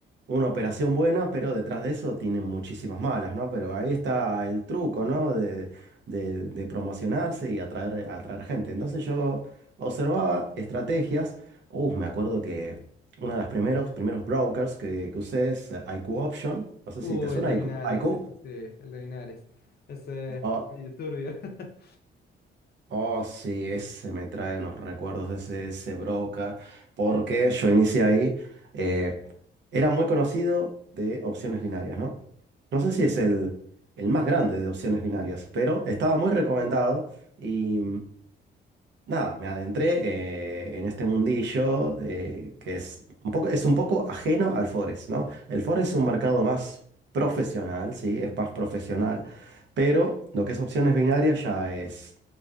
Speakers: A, on the right; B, on the left.
A: una operación buena, pero detrás de eso tienen muchísimas malas, ¿no? Pero ahí está el truco, ¿no? De, de- de promocionarse y atraer, atraer gente. Entonces yo observaba estrategias. Uh, me acuerdo que uno de los primeros, primeros brokers que, que usé es eh, IQ Option. No sé
B: uh,
A: si te suena
B: el de Minares,
A: IQ. IQ.
B: sí, sí, sí, el de Minares. Ese
A: Oh,
B: medio turbio. <laughs>
A: oh, sí, ese me trae unos recuerdos de ese, ese broker. Porque yo inicié ahí. eh, era muy conocido de opciones binarias, ¿no? No sé si es el, el más grande de opciones binarias, pero estaba muy recomendado. y nada, me adentré eh, en este mundillo eh, que es un poco, es un poco ajeno al Forex, ¿no? El Forex es un mercado más profesional, sí, es más profesional, pero lo que es opciones binarias ya es,